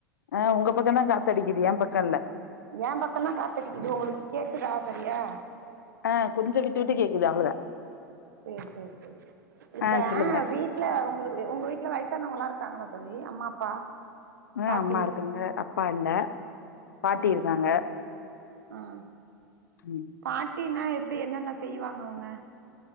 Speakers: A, on the left; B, on the right.
A: ஆ உங்க பக்க தா காத்தடிக்குது ஏ பக்கோல்ல
B: எ பக்கந்தா காத்தடிக்குது உங்களுக்கு கேக்குதா சரியா
A: ஆ கொஞ்சு விட்டு விட்டு கேக்குது அவ்வளதா
B: செரி செரி செரி இப்ப
A: ஆ சொல்லுங்க
B: ஏ வீ வீட்ல உங்க உங்க வீட்டுல வையசானவங்கல்லா இருக்காங்களா தோழி அம்மா அப்பா
A: ஆ
B: பாட்டி
A: அம்மா இருக்காங்க அப்பா இல்ல பாட்டி
B: ஆ
A: இருக்காங்க
B: ஆ
A: ம்
B: பாட்டினா எப்டி என்னென்ன செய்வாங்க அவங்க